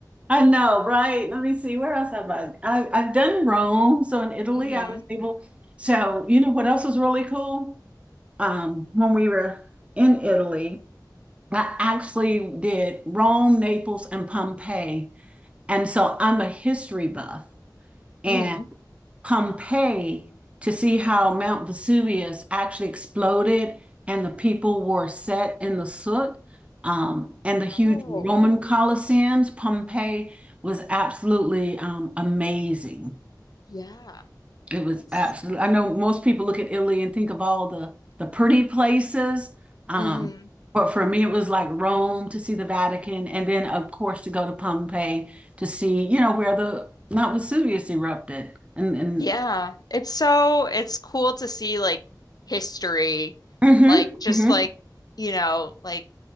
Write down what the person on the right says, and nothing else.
I know, right? Let me see. Where else have I? I I've done Rome. So in Italy,
I was able. So you know what else was really cool? Um, when we were in Italy, I actually did Rome, Naples, and Pompeii. And so I'm a history buff. And
Pompeii to see how Mount Vesuvius actually exploded and the people were set in the soot. Um, and the huge
Roman Colosseums, Pompeii was absolutely um, amazing.
It was
absolutely, I know most people look at Italy and think of all the, the pretty places. Um,
but for me, it was like Rome to see the Vatican, and then, of course, to go to Pompeii to see, you know, where the Mount Vesuvius erupted and, and
hmm
hmm